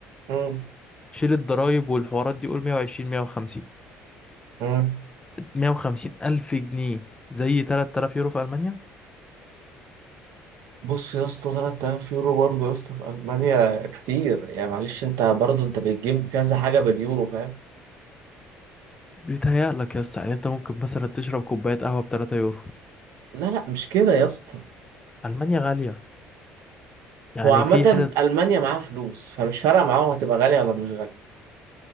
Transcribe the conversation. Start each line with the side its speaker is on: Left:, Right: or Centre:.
Right: مم.
Left: شيل الضرايب والحوارات دي قول 120 150
Right: مم.
Left: 150 الف جنيه زي 3000 يورو في ألمانيا
Right: بص يا اسطى تلات آلاف يورو برضه يا اسطى في ألمانيا كتير يعني معلش أنت برضه أنت بتجيب كذا حاجة باليورو فاهم
Left: بيتهيألك يا اسطى يعني انت ممكن مثلا تشرب كوباية قهوة ب 3 يورو
Right: لا لا مش كده يا اسطى
Left: ألمانيا غالية يعني
Right: هو عامة
Left: في حتت
Right: ألمانيا معاها فلوس فمش فارقة معاهم هتبقى غالية ولا مش غالية